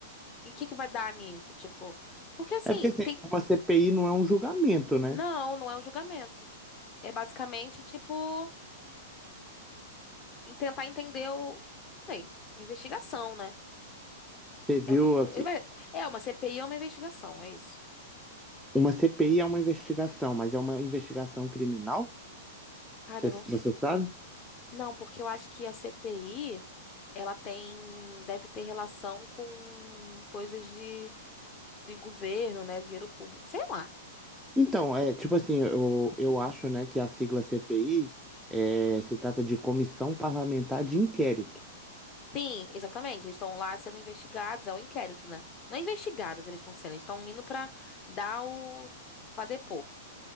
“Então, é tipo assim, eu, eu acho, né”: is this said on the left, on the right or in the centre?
Centre